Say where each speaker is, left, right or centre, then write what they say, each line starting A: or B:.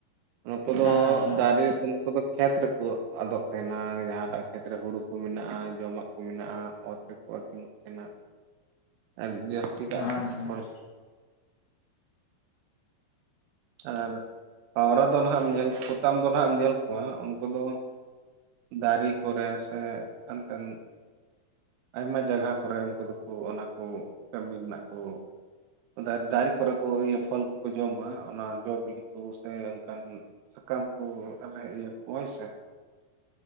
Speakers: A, on the right; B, on the left.
A: ᱱᱩᱠᱩ ᱫᱚ
B: ᱦᱮᱸ ᱦᱮᱸ
A: ᱫᱟᱨᱮ ᱱᱩᱠᱩ ᱫᱚ ᱠᱷᱮᱛ ᱨᱮᱠᱚ ᱟᱫᱚᱜ ᱛᱟᱦᱮᱱᱟ ᱡᱟᱦᱟᱸᱴᱟᱜ ᱠᱷᱮᱛ ᱨᱮ ᱦᱩᱲᱩ ᱠᱚ ᱢᱮᱱᱟᱜ-ᱟ ᱡᱚᱢᱟᱜ ᱢᱮᱱᱟᱜᱼᱟ ᱚᱛ ᱨᱮᱠᱚ ᱟᱹᱛᱤᱧᱚᱜ ᱛᱟᱦᱮᱱᱟ ᱟᱨ ᱡᱟᱹᱥᱛᱤ ᱠᱟᱜ
B: ᱦᱮᱸ ᱦᱮᱸ
A: ᱫᱚ
B: ᱦᱮᱸ
A: ᱦᱳᱭ ᱟᱨ ᱯᱟᱣᱨᱟ ᱫᱚ ᱦᱟᱸᱜ ᱧᱮᱞ ᱯᱚᱛᱟᱢ ᱫᱚ ᱦᱟᱸᱜ ᱮᱢ ᱧᱮᱞ ᱠᱚᱣᱟ ᱩᱱᱠᱩ ᱫᱚ। ᱫᱟᱨᱮ ᱠᱚᱨᱮ ᱥᱮ ᱮᱱᱛᱮᱱ ᱟᱭᱢᱟ ᱡᱟᱭᱜᱟ ᱠᱚᱨᱮ ᱩᱱᱠᱩ ᱫᱚᱠᱚ ᱚᱱᱟ ᱠᱚ ᱠᱟᱹᱢᱤ ᱨᱮᱱᱟᱜ ᱠᱚ ᱫᱟᱨᱮ ᱫᱟᱨᱮ ᱠᱚᱨᱮ ᱠᱚ ᱤᱭᱟᱹ ᱯᱷᱚᱞ ᱠᱚ ᱡᱚᱢᱟ ᱚᱱᱟ ᱡᱚ ᱵᱤᱞᱤ ᱠᱚ ᱥᱮ ᱚᱱᱠᱟᱱ ᱥᱟᱠᱟᱢ ᱠᱚ ᱤᱭᱟᱹ ᱠᱚ ᱦᱳᱭ ᱥᱮ